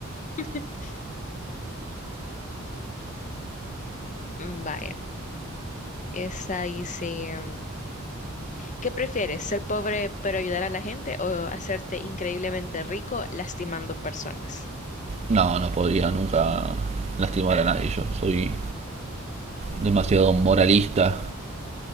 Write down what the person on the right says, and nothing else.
No, no podría nunca lastimar a nadie. Yo soy demasiado moralista.